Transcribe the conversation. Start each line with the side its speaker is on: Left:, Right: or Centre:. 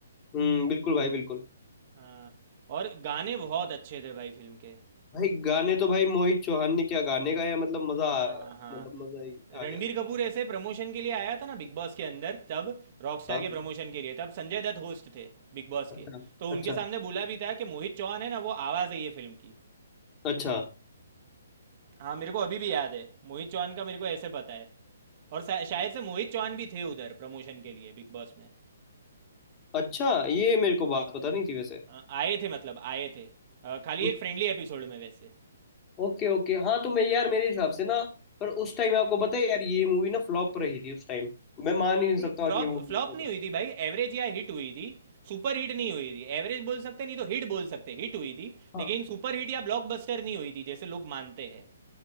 Left: हम्म बिल्कुल भाई बिल्कुल
Right: हाँ, और गाने बहुत अच्छे थे भाई फिल्म के
Left: भाई गाने तो भाई मोहित चौहान ने क्या गाने गाया मतलब मजा
Right: हाँ
Left: आ-
Right: हाँ
Left: मतलब मजा ही आ
Right: रणबीर
Left: गया था
Right: कपूर ऐसे प्रमोशन के लिए आया था ना बिग बॉस के अंदर तब रॉकस्टार
Left: हाँ
Right: के
Left: हाँ,
Right: प्रमोशन
Left: हाँ,
Right: के लिए तब संजय दत्त होस्ट थे बिग बॉस
Left: अच्छा
Right: के तो उनके
Left: अच्छा
Right: सामने बोला भी था कि मोहित चौहान है ना वो आवाज़ है ये फिल्म की
Left: अच्छा
Right: हाँ मेरे को अभी भी याद है मोहित चौहान का मेरे को ऐसे पता है और शा- शायद से मोहित चौहान भी थे उधर प्रमोशन के लिए बिग बॉस में
Left: अच्छा ये मेरे को बात पता नहीं थी वैसे
Right: अ, आए थे मतलब आए थे अ, खाली एक
Left: ओ-
Right: फ्रेंडली एपिसोड में वैसे
Left: ओके ओके हाँ तो मैं यार मेरे हिसाब से ना पर उस टाइम आपको पता है यार ये मूवी ना फ्लॉप रही थी उस टाइम मैं मान ही नहीं सकता
Right: नहीं
Left: और
Right: फ्लॉप
Left: ये मूवी
Right: फ्लॉप
Left: फ्लॉप
Right: नहीं हुई थी भाई एवरेज या हिट हुई थी सुपर हिट नहीं हुई थी एवरेज बोल सकते नहीं तो हिट बोल सकते हिट हुई थी
Left: हाँ
Right: लेकिन सुपर हिट या ब्लॉकबस्टर नहीं हुई थी जैसे लोग मानते हैं